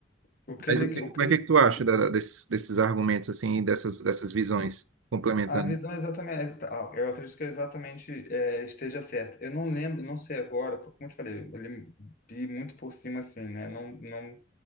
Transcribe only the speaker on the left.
O que
ele,
o que
ele,
o
que-
a visão é exatamente, ah, eu acredito que é exatamente é, esteja certa. Eu não lembro, não sei agora, porque como eu te falei, eu li, li muito por cima assim, né? Não, não